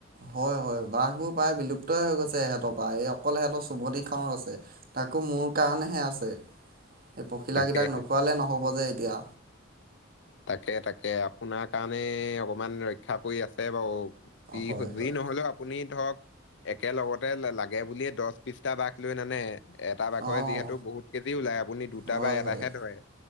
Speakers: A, on the right; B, on the left.
A: হয় হয় বাঘবোৰ প্ৰায় বিলুপ্তই হৈ গৈছে ইহঁতৰ পৰা। এই অকল সিহঁতৰ চুমনি খনৰ আছে। তাকো মোৰ কাৰণেহে আছে এই পখিলাকেইটাক
B: তাকেহে
A: নোখোৱালে নহ'ব যে এতিয়া।
B: তাকে তাকে আপোনাৰ কাৰণে অকমান ৰক্ষা পৰি আছে বাৰু। দি
A: হয়
B: সতভৰি
A: হয়
B: নহলেও আপুনি ধৰক একেলগতে লাগে বুলিয়ে দহ বিশটা বাঘ লৈ নানে এটা বাঘৰে
A: অঁ
B: যিহেতু বহুত কেজি ওলায় আপুনি দুটা
A: হয়
B: বা এটাহে
A: হয়
B: ধৰে।